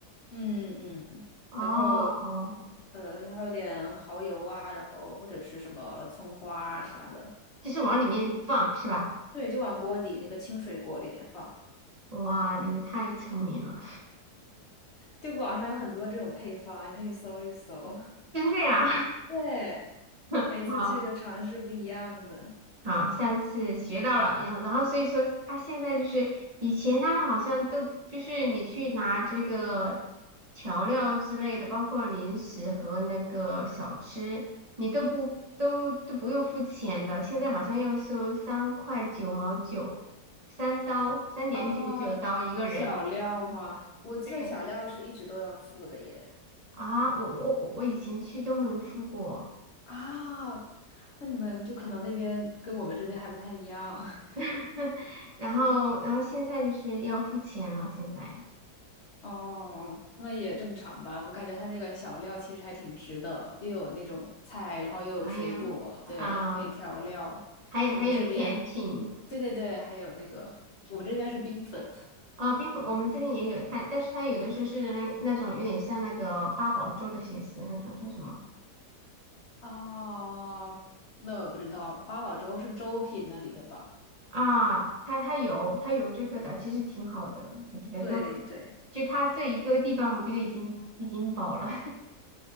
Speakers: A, on the left; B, on the right.
A: 嗯嗯，
B: 哦，
A: 然后呃，要有点蚝油啊，然后或者是什么葱花啊啥的，
B: 就是往里面放是吧？
A: 对，就往锅底那个清水锅里边放。
B: 哇，你们太聪明了，
A: 就网上有很多这种配方，你可以搜一搜。
B: <laughs> 真的呀！
A: <laughs> 对，
B: <laughs>
A: 每次去就尝试不一样的。
B: 好，下次学到了，然后然后所以说他现在就是以前他们好像都就是你去拿这个调料之类的，包括零食和那个小吃，你都不都都不用付钱的，现在好像要收三块九毛九，三刀三点九九刀一个人。
A: 啊，小料吗？我记得小料是一直都要付的耶。
B: 对啊，我我我我以前去都没有付过，
A: 啊，那你们就可能那边跟我们这边还不太一样。<laughs>
B: <laughs> 然后然后现在就是要付钱了，现在，
A: 哦，那也正常吧。我感觉它那个小料其实还挺值的，又有那种菜，然后又有水果，
B: 哎呀。啊、
A: 对，还可以调料。
B: 还有还有甜品
A: 我们这边，对对对，还有那个，我们这边是冰粉。
B: 啊，冰粉我们这边也有它，但是它有的时候是那那种有点像那个八宝粥的形式，那种叫什么
A: 哦 <laughs>，那我不知道，八宝粥是粥品那里的吧？
B: 啊？它它有它有这个的，其实挺好的，我觉得都
A: 对对
B: 就它这一个地方，我觉得已经已经饱了。